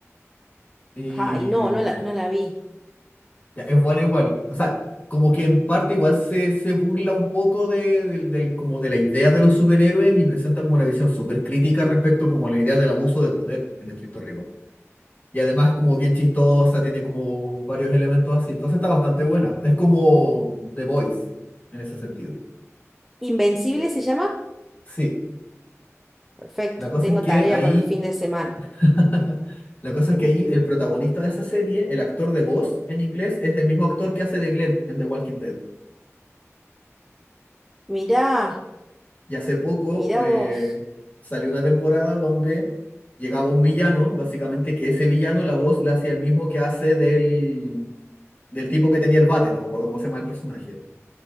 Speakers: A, on the left; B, in the centre.
A: Y
B: Ay, no, no la, no la vi.
A: ya, es buena igual. O sea, como que en parte igual se, se burla un poco de, del- del- como de la idea de los superhéroes y presenta como una visión súper crítica respecto como a la idea del abuso de poder en estricto rigor. Y además es como bien chistosa, tiene como varios elementos así. Entonces está bastante buena. Es como The Voice en ese sentido.
B: ¿Invencible
A: Eh,
B: se llama?
A: sí,
B: Perfecto,
A: la cosa
B: tengo
A: es que
B: tarea
A: ahí,
B: para el fin de semana.
A: <laughs> la cosa es que
B: <laughs>
A: ahí el protagonista de esa serie, el actor de voz en inglés, es el mismo actor que hace de Glenn en The Walking Dead.
B: Mirá,
A: Y hace poco
B: mirá
A: eh,
B: vos.
A: salió una temporada donde llegaba un villano, básicamente, que ese villano la voz la hacía el mismo que hace del, del tipo que tenía el bate, no me acuerdo cómo se llama el personaje.